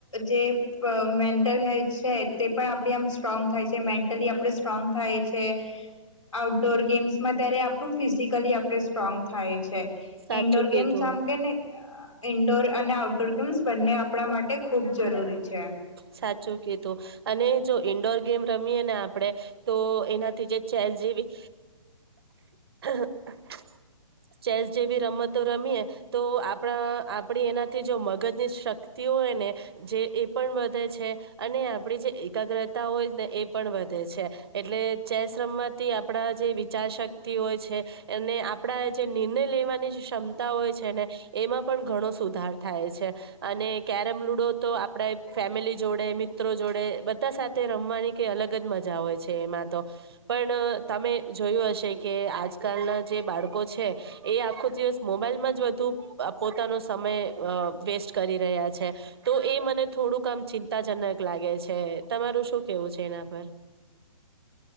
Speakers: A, on the left; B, on the right.
A: જે મેન્ટલ હેલ્થ છે, તે પણ આપણી આમ સ્ટ્રોંગ થાય છે મેન્ટલી આપણે સ્ટ્રોંગ થાય છે આઉટડોર ગેમ્સમાં ત્યારે આપણું ફીઝીક મેન્ટલી આપણે સ્ટ્રોંગ થાય છે.
B: સાચું
A: ઇન્ડોર
B: કીધું
A: ગેમ્સ આમ કેને ઇન્ડોર અને આઉટડોર ગેમ્સ બંને આપણા માટે ખૂબ જરૂરી છે.
B: સાચું કીધું અને જો ઈન્ડોર ગેમ રમીએ ને આપ આપણેે તો એનાથી જે ચેસ જેવી. <inaudible> ચેસ જેવી રમતો રમીએે તો આપણા આપડી એના થી જો મગજની શક્તિઓ હોય ને જે એ પણ તે છે અને આ આપડી જે એકાગ્રતા હોય ને એ પણ વધે છે. એટલે ચેસ રમવાંથી આપડા જે વિચારશક્તિ હોય છે અને આપણા જે નિર્ણય લેવાની જે ક્ષમતા હોય છે ને એમાં પણ ઘણો સુધાર થાય છે. અને કેરમ લુડો તો આપણે ફેમિલી જોડે મિત્રો જોડે બધા સાથે રમવાની કઈ અલગ જ મજા હોય છે એમાં તો પણ તમે જોયું હશે કે આજકાલના જે બાળકો છે એ આખો દિવસ મોબાઈલમાં જ વધુ પોતાનો સમય વેસ્ટ કરી રહ્યા છે તો એ મને થોડું કામ ચિંતાજનક લાગે છે તમારું શું કેવું છે એના પર?